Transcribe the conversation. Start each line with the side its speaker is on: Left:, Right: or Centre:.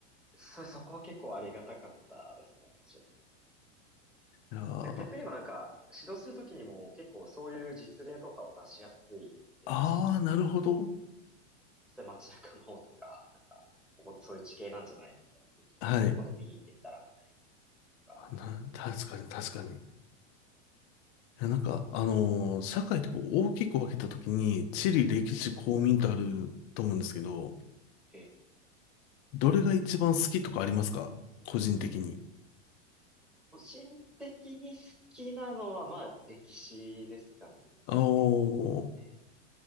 Centre: そう、そこは結構ありがたかったですね、教えてても。
Left: いやー、
Centre: で逆に言えばなんか、指導するときにも結構そういう実例とかを出しやすいですし、
Left: あー、なるほど。
Centre: 実際街中の方とか、なんか、ここってそういう地形なんじゃないのみたいな近所。
Left: はい。
Centre: 今度見に行ってみたら、みたいなとか
Left: な、確かに、確かに。いや、なんか、あのー社会ってこう大きく分けたときに、地理、歴史、
Centre: え、
Left: 公民とあると思うんですけど、
Centre: え、
Left: どれが一番好きとかありますか個人的に。
Centre: 個人的に好きなのは、まあ、歴史ですかね。
Left: あー、
Centre: え